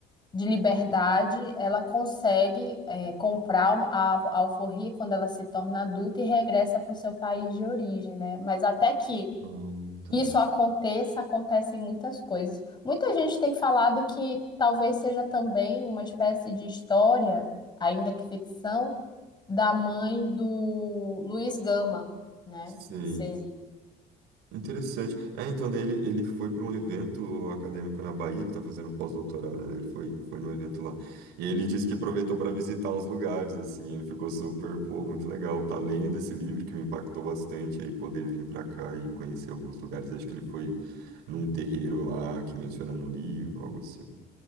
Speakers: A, on the left (about 25°); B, on the right (about 85°).
A: de liberdade, ela consegue, eh, comprar um- a, a alforria quando ela se torna adulta e regressa para o seu país de origem, né? Mas até que
B: Ah, tá.
A: isso aconteça, acontecem muitas coisas. Muita gente tem falado que talvez seja também uma espécie de história, ainda que ficção, da mãe do Luiz Gama, né?
B: Sim.
A: Que seria.
B: Interessante. É, então, daí ele, ele foi para um evento acadêmico na Bahia, ele está fazendo um pós-doutorado, né? Ele foi, foi num evento lá. E aí ele disse que aproveitou para visitar uns lugares, assim, ele ficou super, pô, muito legal. Tá lendo esse livro que me impactou bastante, aí poder vir para cá e conhecer alguns lugares. Acho que ele foi num terreiro lá que menciona no livro, algo assim.